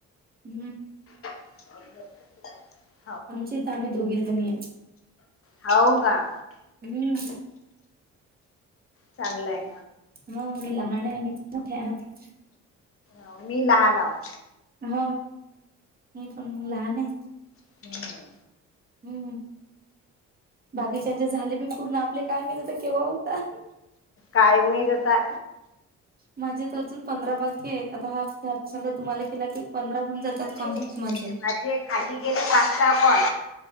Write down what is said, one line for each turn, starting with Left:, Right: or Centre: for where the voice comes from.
Right: हम्म
Left: <inaudible>
Right: आमची इथ आम्ही दोघी जणी
Left: हाव का
Right: हम्म
Left: चांगलं आहे
Right: ह मी लहान आहे आणि मोठे‌ आहे आम्ही
Left: हो मी लहान हाव
Right: ह मी पण लहान आहे
Left: <inaudible>
Right: हम्म बाकीच्याचे झाले पी पूर्ण आपले काय माहीत आता केव्हा होता.
Left: काय माहीत आता.
Right: माझे तर अजून पंधरा बाकी आहेत आता हा समजा तुम्हाला केला की पंधराहून जात
Left: माझे
Right: कंप्लीट माझे.
Left: माझे खाली गेले पाच सहा कॉल.